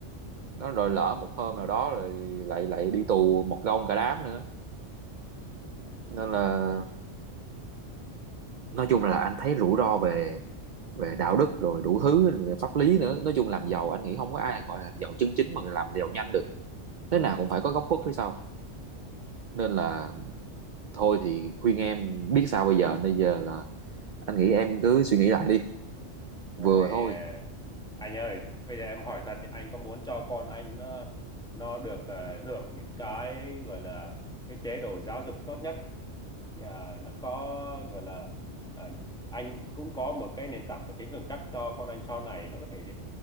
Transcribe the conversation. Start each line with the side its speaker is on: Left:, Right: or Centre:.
Right: nó rồi lỡ một hôm nào đó rồi lại lại đi tù một gông cả đám nữa
Centre: Ừ,
Right: nên là nói chung là anh thấy rủi ro về về đạo đức rồi đủ thứ pháp lý nữa nói chung làm giàu anh nghĩ không có ai gọi là giàu chân chính mà làm giàu nhanh được thế nào cũng phải có góc khuất phía sau nên là thôi thì khuyên em biết sao bây giờ bây giờ là anh nghĩ em cứ suy nghĩ lại đi
Centre: Rồi,
Right: vừa thôi
Centre: ờ, anh ơi, bây giờ em hỏi thật thì anh có muốn cho con anh nó nó được ờ, hưởng những cái gọi là cái chế độ giáo dục tốt nhất Nhà nó có gọi là ờ, anh cũng có một cái nền tảng tài chính vững chắc cho con anh sau này nó có thể